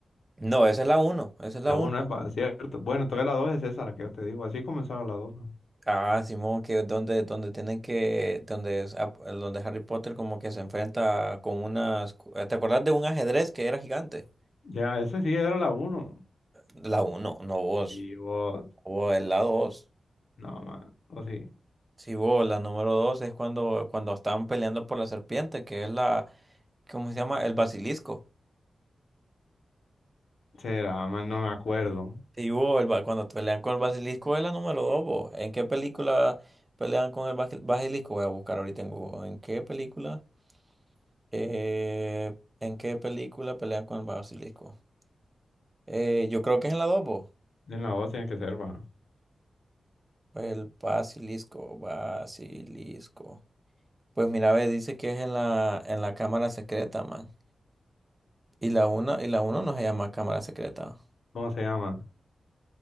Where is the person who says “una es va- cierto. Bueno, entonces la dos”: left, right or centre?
Left